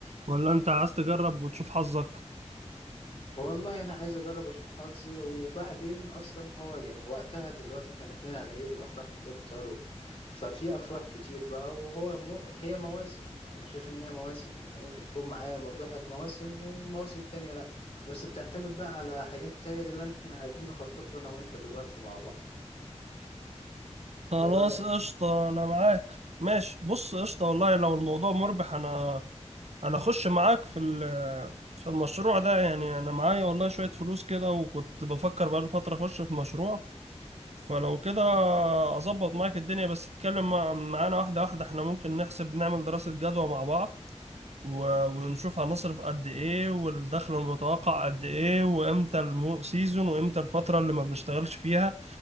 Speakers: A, on the right (about 65°); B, on the left (about 50°).
A: ولا انت عايز تجرب وتشوف حظك
B: هو والله انا عايز اجرب واشوف حظي وبعدين اصلا هو يعني وقتها دلوقتي احنا داخلين على عيد والافراح بتكتر ففي افراح كتير بقى وهو مو... هي مواسم يعني انا شايف ان هي مواسم يعني هي ممكن تكون معايا مربحه في مواسم ومواسم تانية لا بس بتعتمد بقى على حاجات تانية دي اللي احنا عايزين نخطط له انا وانت دلوقتي مع بعض
A: خلاص
B: ايه رايك
A: قشطة انا معاك ماشي بص قشطة والله لو الموضوع مربح انا انا اخش معاك في ال- في المشروع ده يعني انا معايا والله شوية فلوس كده وكنت بفكر بقالي فترة اخش في مشروع فلو كده اظبط معاك الدنيا بس اتكلم مع- معانا واحده واحده احنا ممكن نحسب نعمل دراسه جدوى مع بعض و- ونشوف هنصرف قد ايه والدخل المتوقع قد ايه وامتى المو سيزون وامتى الفتره اللي ما بنشتغلش فيها